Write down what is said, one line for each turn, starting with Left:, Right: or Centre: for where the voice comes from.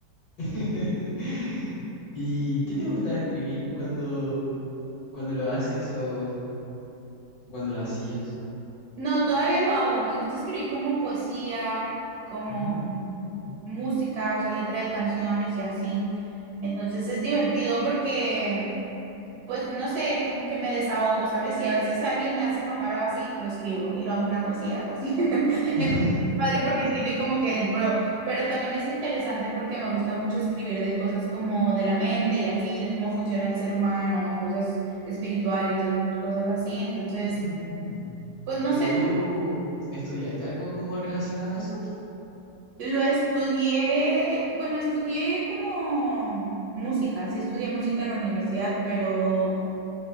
Left: <laughs> ¿Y qué te gustaba escribir cuando, cuando lo haces o cuando lo hacías?
Right: No, todavía lo hago. Me gusta escribir como poesía, como
Left: Ah,
Right: música, o sea, letra de canciones y así. Entonces es divertido porque pues no sé, como que me desahogo, ¿sabes? Si a veces alguien me hace enojar o así, lo escribo y lo hago una poesía o así. <laughs> Entonces,
Left: <laughs>
Right: padre, porque tiene como que el pro, pero también es interesante porque me gusta mucho escribir de cosas como de la mente y así, de cómo funciona el ser humano, cosas espirituales o cosas así. Entonces,
Left: ah.
Right: pues no
Left: ¿Pero
Right: sé,
Left: tú estudiaste algo como relacionado a eso?
Right: lo estudié, bueno, estudié como música, sí estudié música en la universidad, pero...